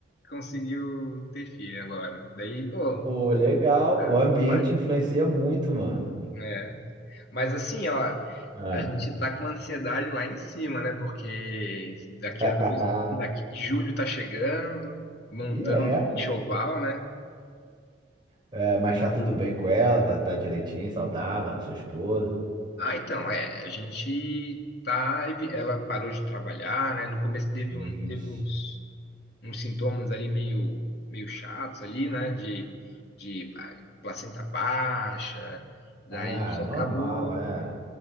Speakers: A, on the left (about 55°); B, on the right (about 25°).
A: conseguiu ter filho agora. Daí, ô,
B: Pô, legal.
A: cara,
B: O ambiente
A: bom demais.
B: influencia muito, mano.
A: né? Mas assim, ó,
B: Ah.
A: a gente tá com uma ansiedade lá em cima, né? Porque daqui
B: <laughs>
A: a dois, daqui, julho tá chegando, montando
B: E é.
A: o enxoval, né?
B: É, mas tá tudo bem com ela, tá, tá direitinho, saudável, com a sua esposa.
A: Ah, então, é, a gente tá, evi- ela parou de trabalhar, né? No começo teve
B: Isso.
A: um, teve uns, uns sintomas ali meio, meio chatos ali, né? De, de ah, placenta baixa, daí
B: Ah,
A: isso
B: normal,
A: acabou
B: é.